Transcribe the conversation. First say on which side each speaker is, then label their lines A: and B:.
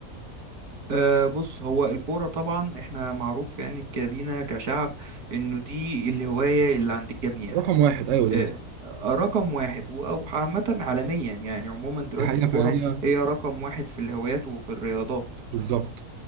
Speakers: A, on the right; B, on the right.
A: أه بص هو الكورة طبعا احنا معروف يعني كبينا كشعب انه دي الهواية اللي عند الجميع
B: رقم واحد ايوه
A: أه
B: بالظبط.
A: آه، رقم واحد و- او عامة عالميا يعني عموما دلوقتي
B: دي حقيقة
A: الكورة
B: فهي
A: هي رقم واحد في الهوايات وفي الرياضات
B: بالظبط